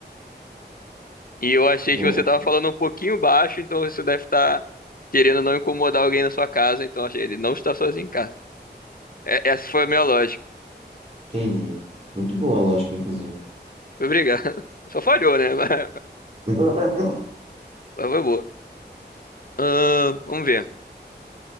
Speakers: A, on the left; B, on the right.
A: E eu achei
B: boa.
A: que você tava falando um pouquinho baixo, então você deve estar querendo não incomodar alguém na sua casa, então achei ele não está sozinho em casa. É- essa foi a minha lógica.
B: Entendi. Muito boa a lógica, inclusive.
A: Obrigado. <laughs> Só falhou, né? <laughs> Mas,
B: <laughs>
A: mas foi boa. Ahn, vamos ver.